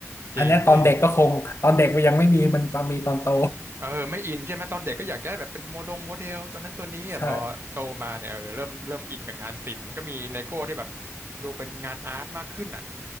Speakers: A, on the right (about 50°); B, on the left (about 55°).
A: จริงพี่
B: อันเนี้ยตอนเด็กก็คงตอนเด็กมันยังไม่มีมันมีตอนโต
A: เออไม่อินใช่ไหมตอนเด็กก็อยากได้แบบเป็นโมดงโมเดลตัวนั้นตัวนี้อ่ะพอโตมาเนี่ยเออเริ่มเริ่มอินกับงานศิลป์มันก็มีเลโก้ที่แบบ
B: <laughs> ใช่
A: ดูเป็นงานอาร์ตมากขึ้นอ่ะ